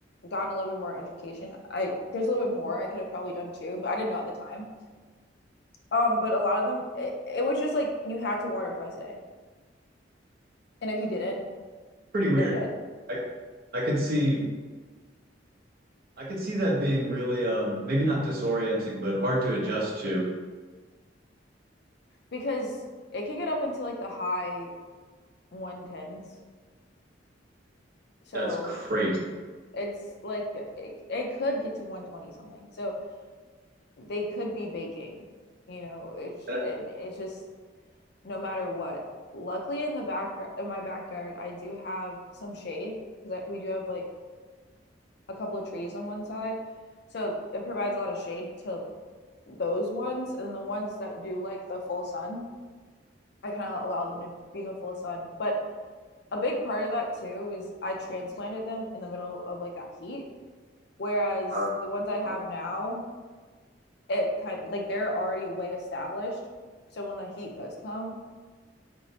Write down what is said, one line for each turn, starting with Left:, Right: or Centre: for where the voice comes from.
Left: gotten a little bit more education, I there's a little bit more I could have probably done too, but I didn't know at the time. Um, but a lot of them, it, it was just like you had to water twice a day, and if you didn't,
Right: Pretty weird.
Left: they're dead.
Right: I I could see I could see that being really um maybe not disorienting but hard to adjust to.
Left: because it could get up into like the high 110s. So
Right: That's crazy.
Left: it's like it, it could get to 120 something. So they could be baking, you know, it's
Right: That-
Left: and it's just no matter what. Luckily in the back in my backyard, I do have some shade because we do have like a couple of trees on one side. So it provides a lot of shade to those ones and the ones that do like the full sun. I kind of allow them to be in the full sun, but a big part of that too is I transplanted them in the middle of like that heat. Whereas
Right: Uh,
Left: the ones I have
Right: uh,
Left: now, it kind of like they're already way established. So when the heat does come,